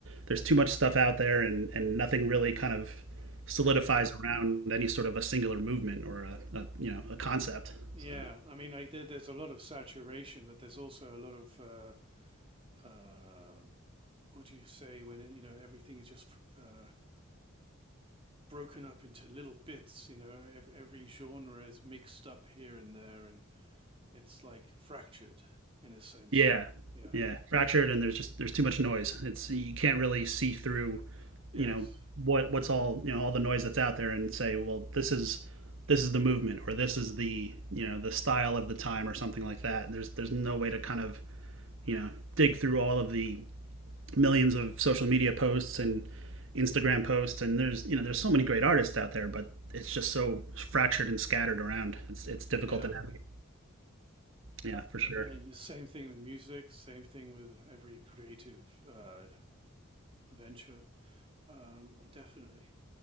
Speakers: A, on the right; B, on the right.
A: there's too much stuff out there and, and nothing really kind of solidifies
B: Yeah.
A: around any sort of a singular movement or a, a you know a concept
B: Yeah,
A: so
B: I mean, like there, there's a lot of saturation, but there's also a lot of uh, uh, what do you say when it, you know everything is just uh, broken up into little bits. You know, every, every genre is mixed up here and there, and it's like fractured in a sense.
A: yeah
B: Yeah.
A: yeah fractured and there's just there's too much noise it's you can't really see through
B: Yes.
A: you know what what's all you know all the noise that's out there and say well this is this is the movement or this is the you know the style of the time or something like that there's there's no way to kind of you know dig through all of the millions of social media posts and Instagram posts, and there's you know there's so many great artists out there, but it's just so fractured and scattered around. It's it's difficult
B: Yeah.
A: to navigate. Yeah,
B: Yep.
A: for sure.
B: And the same thing with music. Same thing with every creative uh, venture. Um, definitely.